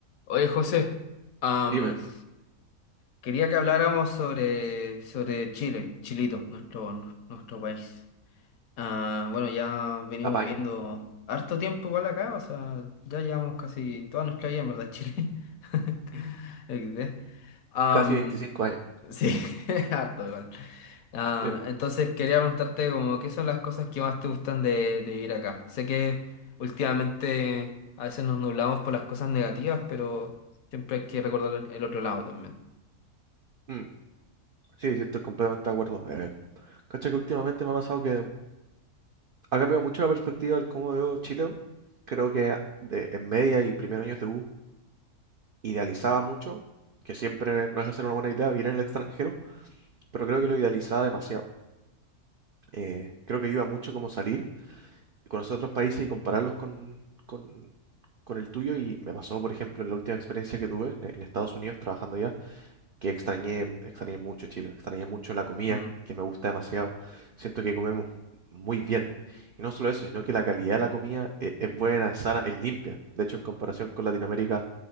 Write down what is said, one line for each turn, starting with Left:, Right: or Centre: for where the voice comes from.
Left: Oye, José, am,
Right: Dime,
Left: quería que habláramos sobre, sobre Chile, Chilito, nuestro, nuestro país. Ah, bueno, ya venimos
Right: apaño,
Left: viendo harto tiempo igual acá, o sea, ya llevamos casi toda nuestra vida en verdad en Chile. <laughs> XD. Am,
Right: casi 25 años.
Left: Sí, <laughs> harto igual. Ah,
Right: Dime,
Left: entonces quería preguntarte como qué son las cosas que más te gustan de, de vivir acá. Sé que últimamente a veces nos nublamos por las cosas negativas, pero siempre hay que recordar el otro lado también.
Right: mm, Sí, sí, estoy completamente de acuerdo. Eh, cacha que últimamente me ha pasado que ha cambiado mucho la perspectiva del cómo veo Chile. weón. Creo que de- en media y primeros años de U idealizaba mucho, que siempre no deja de ser una buena idea vivir en el extranjero, pero creo que lo idealizaba demasiado. Eh, creo que ayuda mucho como salir, conocer otros países y compararlos con, con, con el tuyo. Y me pasó, por ejemplo, en la última experiencia que tuve en en Estados Unidos trabajando allá que extrañé, extrañé mucho Chile, extrañé mucho la comida,
Left: Mm,
Right: que me gusta demasiado. Siento que comemos muy bien. Y no solo eso, sino que la calidad de la comida e- es, buena, es sana, es limpia. De hecho, en comparación con Latinoamérica,